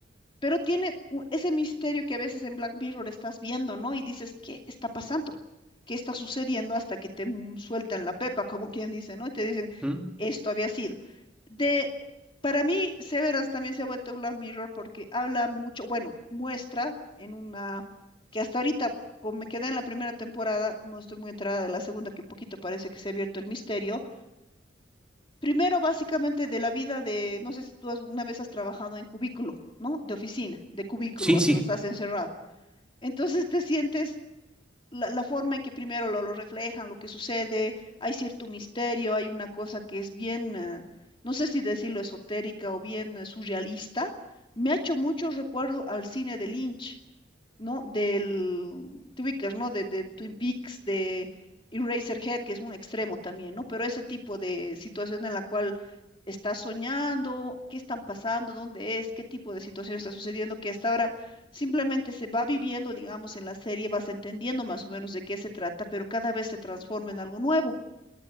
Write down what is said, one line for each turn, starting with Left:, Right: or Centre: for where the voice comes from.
Left: pero tiene u- ese misterio que a veces en Black Mirror estás viendo, ¿no? Y dices, ¿qué está pasando? ¿Qué está sucediendo? Hasta que te mm, sueltan la pepa, <laughs> como quien dice, ¿no? Y te dicen,
Centre: ¿Mm?
Left: esto había sido. De, para mí, Severance también se ha vuelto Black Mirror porque habla mucho, bueno, muestra en una, que hasta ahorita, como me quedé en la primera temporada, no estoy muy enterada de la segunda, que poquito parece que se ha abierto el misterio, Primero, básicamente, de la vida de, no sé si tú alguna vez has trabajado en cubículo, ¿no? De oficina, de cubículo,
Centre: Sí,
Left: así
Centre: sí.
Left: donde estás encerrado. Entonces te sientes la, la forma en que primero lo, lo reflejan, lo que sucede, hay cierto misterio, hay una cosa que es bien, eh, no sé si decirlo esotérica o bien eh, surrealista. Me ha hecho mucho recuerdo al cine de Lynch. ¿no? Del, te ubicas, ¿no? De, de Twin Peaks, de Eraserhead, que es un extremo también, ¿no? Pero ese tipo de situación en la cual estás soñando, qué están pasando, dónde es, qué tipo de situación está sucediendo, que hasta ahora simplemente se va viviendo, digamos, en la serie, vas entendiendo más o menos de qué se trata, pero cada vez se transforma en algo nuevo.